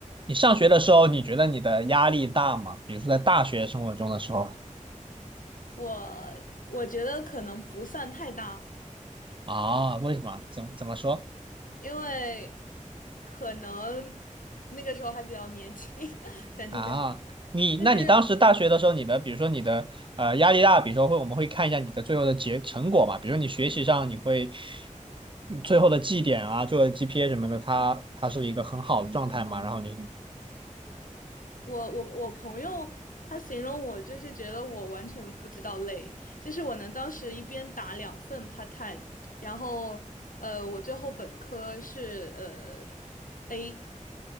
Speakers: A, on the right; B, on the left.
A: 你上学的时候，你觉得你的压力大吗？比如说在大学生活中的时候
B: 我我觉得可能不算太大，
A: 啊，为什么？怎怎么说
B: 因为可能那个时候还比较年轻，<laughs> 虽然听起来很，
A: 啊？你那你当时大学的时候，
B: 就是
A: 你的比如说你的呃压力大，比如说会我们会看一下你的最后的结成果嘛，比如你学习上你会你最后的绩点啊，最后的 GPA 什么的，它它是一个很好的状态嘛，然后你
B: 我我我朋友他形容我就是觉得我完全不知道累，就是我能当时一边打两份 part time，然后呃我最后本科是呃 A，